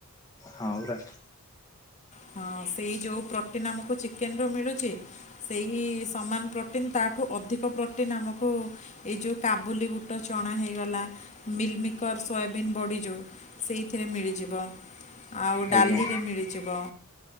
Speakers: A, on the left; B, on the left.
A: ହଁ ପରା।
B: ହଁ ସେଇ ଯୋଉ ପ୍ରୋଟିନ୍ ଆମକୁ ଚିକେନ ରୁ ମିଳୁଛି। ସେହି ସମାନ ପ୍ରୋଟିନ୍ ତାଠୁ ଅଧିକ ପ୍ରୋଟିନ ଆମକୁ ଏଇ ଯୋଉ କାବୁଲି ବୁଟ ଚଣା ହେଇଗଲା। ମିଲମିକର ସୋୟାବିନ୍ ବଡ଼ି ଯୋଉ ସେଇଥିରେ ମିଳିଯିବ। ଆଉ
A: ଆଜ୍ଞା।
B: ଡାଲିରେ ମିଳିଯିବ।